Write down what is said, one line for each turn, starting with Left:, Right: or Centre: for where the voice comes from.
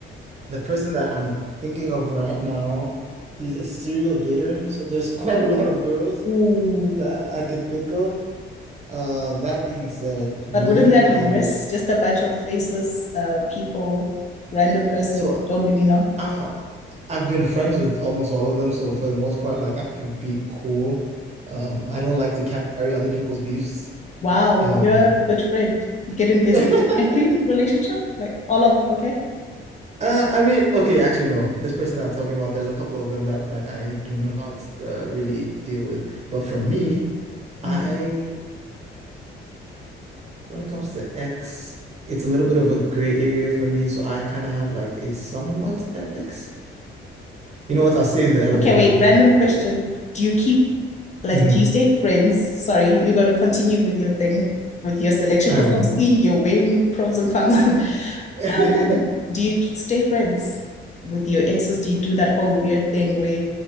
Right: The person that I'm thinking of right now, he's a serial dater. So there's <laughs> quite a lot of girls
Left: Ooh.
Right: that I could think of. Uh, that being said, me,
Left: But wouldn't that
Right: I
Left: be worse?
Right: am
Left: Just a bunch of faceless uh, people, random person,
Right: so
Left: don't really know.
Right: I, I've been friends with almost all of them. So for the most part, like I can be cool. Um, I don't like to carry other people's beefs.
Left: Wow,
Right: Um,
Left: you're a good friend. You get invested
Right: <laughs>
Left: in every relationship, like all of, okay.
Right: Uh, I mean, okay, actually, no. This person that I'm talking about, there's a couple of them that like I do not uh, really deal with. But for me, I
Left: Mm.
Right: When it comes to X, it's a little bit of a gray area for me, so I kind of have like a somewhat X. You know what? I'll stay in the elevator
Left: Okay, wait,
Right: with
Left: random
Right: her.
Left: question.
Right: Yeah.
Left: Do you keep like
Right: hmm
Left: do you stay friends? Sorry, you're gonna continue with your thing with your selection
Right: I
Left: because
Right: will.
Left: I'm seeing you're wearing pros and cons. <laughs>
Right: <laughs>
Left: Um, do you k- stay friends with your exes? Do you do that whole weird thing where